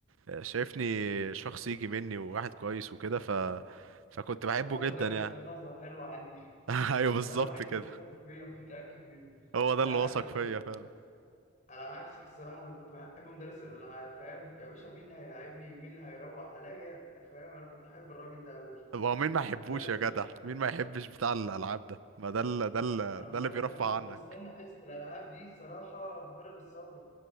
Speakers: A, on the right; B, on the left.
A: آه، شايفني شخص يجي مني وواحد كويس وكده ف فكنت بحبه
B: هو
A: جدا
B: ده اللي
A: يعني
B: خد نظره حلوه عني
A: <laughs>
B: <laughs>
A: ايوه بالظبط
B: ده الوحيد
A: كده
B: اللي وثق فيا متاكد منه
A: هو ده
B: لا
A: اللي
B: انا
A: وثق
B: كنت
A: فيا فعلا
B: على عكسك الصراحه انا كنت بحب مدرس الالعاب فاهم يا باشا مين اللي هيلاعبني مين اللي هيروح عليا فاهم انا كنت احب الراجل ده قوي
A: طب هو مين ما يحبوش
B: مدرس
A: يا جدع
B: الالعاب
A: مين ما يحبش بتاع الالعاب ده ما ده اللي ده اللي
B: انا
A: ده
B: بقول
A: اللي بيرفع
B: لك انا كنت
A: عنك
B: بستنى حصه الالعاب دي الصراحه بفارغ الصبر